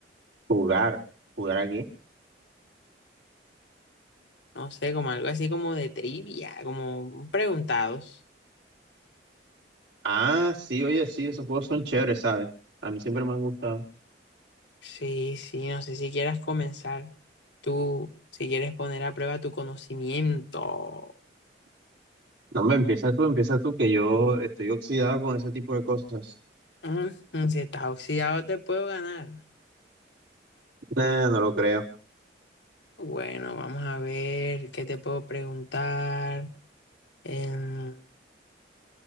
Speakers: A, on the right (about 65°); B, on the left (about 65°).
A: Jugar. ¿Jugar aquí?
B: No sé, como algo así como de trivia, como preguntados.
A: Ah, sí, oye, sí, esos juegos son chéveres, ¿sabes? A mí siempre me han gustado.
B: Sí, sí, no sé si quieras comenzar tú, si quieres poner a prueba tu conocimiento.
A: No, me, empieza tú, empieza tú, que yo estoy oxidado con ese tipo de cosas.
B: Mm, Si estás oxidado, te puedo ganar.
A: Nah, no lo creo.
B: Bueno, vamos a ver qué te puedo preguntar. Em,